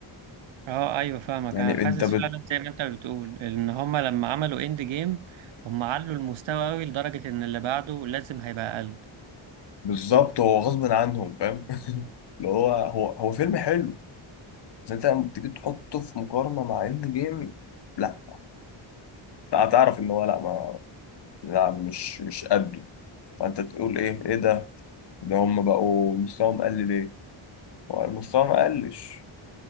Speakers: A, on the right; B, on the left.
A: اه ايوه فاهمك
B: يعني
A: انا حاسس
B: انت بت...
A: فعلا زي ما انت بتقول ان هما لما عملوا اند جيم هما علوا المستوى قوي لدرجة ان اللي بعده لازم هيبقى اقل
B: بالظبط هو غصب عنهم فاهم <laughs> اللي هو هو هو فيلم حلو بس انت لما تيجي تحطه في مقارنه مع اند جيم لا هتعرف ان هو لا ما لا مش مش قده فانت تقول ايه ايه ده ده هم بقوا مستواهم قل ليه هو مستواهم ما قلش